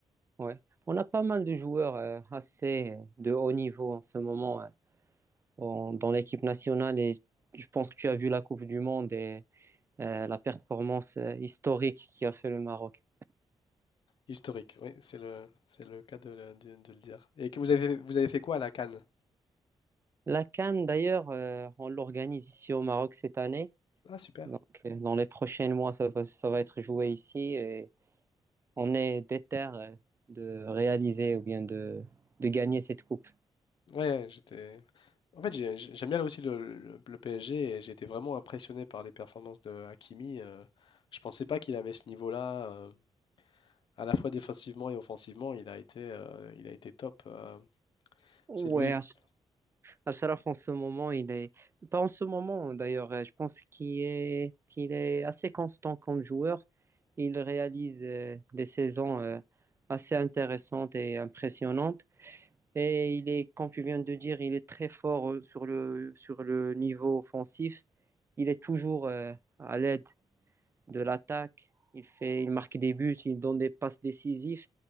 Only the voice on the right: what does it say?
Ouais. On a pas mal de joueurs euh, assez euh, de haut niveau en ce moment euh, en- dans l'équipe nationale et je pense que tu as vu la Coupe du Monde et euh, la performance euh, historique qui a fait le Maroc.
La CAN d'ailleurs, euh, on l'organise ici au Maroc cette année.
Donc euh, dans les prochains mois, ça va, ça va être joué ici et on est déter euh, de réaliser ou bien de, de gagner cette coupe.
Ouais,
Ashraf, en ce moment, il est. Pas en ce moment, d'ailleurs. euh, Je pense qu'il est... qu'il est assez constant comme joueur. Il réalise euh, des saisons euh, assez intéressantes et impressionnantes. Et il est, comme tu viens de dire, il est très fort euh, sur le, sur le niveau offensif. Il est toujours euh, à l'aide de l'attaque. Il, fait, il marque des buts, il donne des passes décisives,